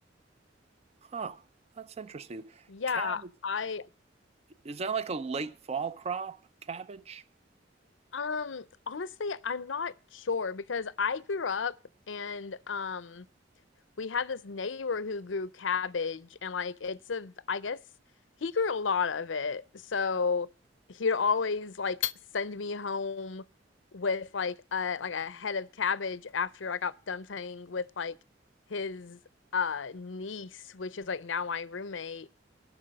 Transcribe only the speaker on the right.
Huh, that's interesting.
Cabbage
is that like a late fall crop? Cabbage?